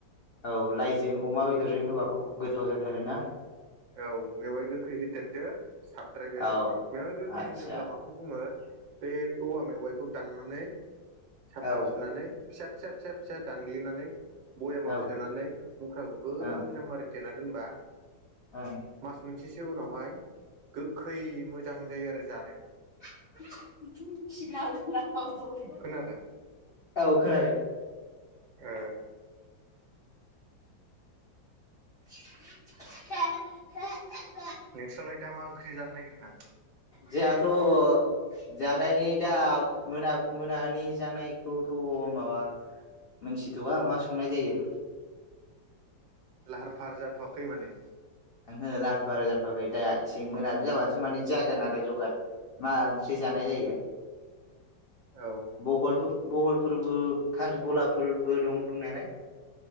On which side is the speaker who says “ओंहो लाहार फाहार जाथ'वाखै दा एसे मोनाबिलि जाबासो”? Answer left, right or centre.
Left